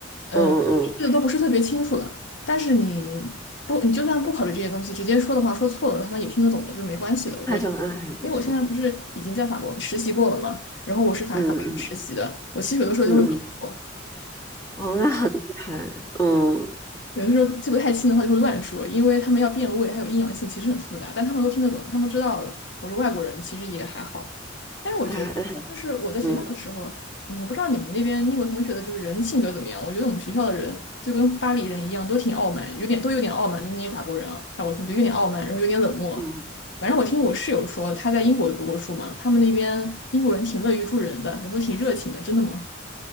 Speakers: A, on the left; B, on the left.
A: 呃，
B: 嗯嗯，嗯
A: 这个都不是特别清楚的。但是你不，你就算不考虑这些东西，直接说的话，说错了，他们也听得懂的，就没关系的。
B: 那就那还不错。
A: 我因为我现在不是已经在法国实习过了嘛，然后我是法法语实习的，
B: 嗯嗯
A: 我其实有的时候就会。
B: 嗯嗯，
A: 有的时候。
B: 哦，那很厉害。嗯，
A: 有的时候记不太清的话就会乱说，因为他们要变位，还有阴阳性，其实很复杂，但他们都听得懂，他们知道我是外国人，其实也还好。但是我觉得，
B: 那还那还
A: 就是我在学校的时候，
B: 嗯
A: 嗯我不知道你们那边英国同学的就是人性格怎么样。我觉得我们学校的人就跟巴黎人一样，都挺傲慢，有点都有点傲慢，就是那些法国人啊，法国同学有点傲慢，然后有点冷漠。
B: 嗯。
A: 反正我听我室友说，他在英国读过书嘛，他们那边英国人挺乐于助人的，然后挺热情的，真的吗？